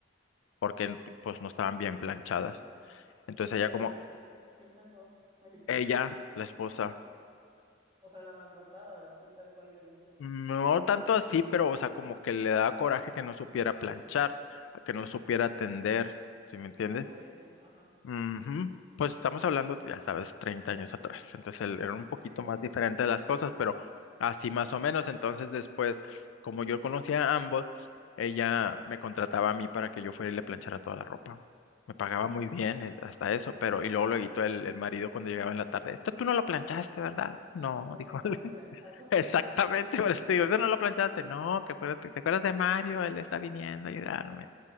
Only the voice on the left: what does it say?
porque pues no estaban bien planchadas. Entonces
ella
como,
ella, la esposa,
no tanto así, pero o sea, como que le daba coraje que no supiera planchar, a que no supiera tender, ¿sí me entiendes?
Ujú. Pues estamos hablando, ya sabes, 30 años atrás. Entonces el- era un poquito
más
diferente de las cosas, pero así más o menos. Entonces después, como yo conocía a ambos, ella me contrataba a mí para que yo fuera y le planchara toda la ropa. Me pagaba muy bien eh, hasta eso, pero y luego lo editó el, el marido cuando llegaba en la tarde. Esto tú no lo planchaste, ¿verdad? No,
dijo.
él.
<laughs>
Exactamente, por eso te digo, eso no lo planchaste.
No, que acuérdate-
te acuerdas
de Mario, él está viniendo a ayudarme.